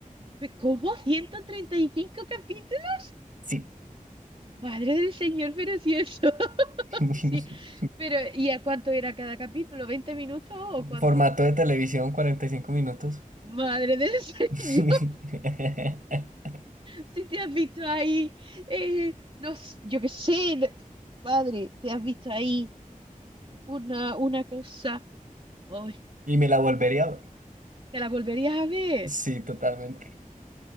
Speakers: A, on the right (about 40°); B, on the right (about 70°).
A: pe- ¿cómo 135 capítulos?
B: Sí.
A: Madre del Señor, pero si eso. <laughs>
B: <laughs>
A: Sí, pero ¿y a cuánto era cada capítulo? veinte minutos o cuánto?
B: Formato de televisión, 45 minutos.
A: Madre del <laughs> Señor,
B: <laughs>
A: si te has visto ahí, eh, no, s- yo qué sé, no- madre, te has visto ahí una, una cosa, hoy
B: Y me la volvería a ver.
A: te la volverías a ver,
B: Sí, totalmente.